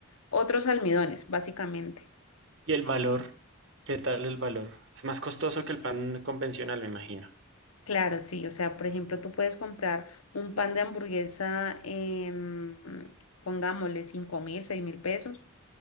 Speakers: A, on the left; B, on the right.
A: otros almidones, básicamente.
B: y el valor. ¿Qué tal el valor? Es más costoso que el pan convencional, me imagino.
A: Claro, sí. O sea, por ejemplo, tú puedes comprar un pan de hamburguesa en, pongámosle, 5 mil, 6 mil pesos,